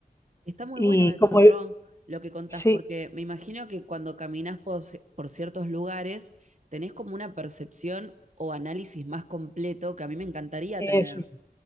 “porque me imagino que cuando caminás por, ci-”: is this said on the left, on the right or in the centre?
Right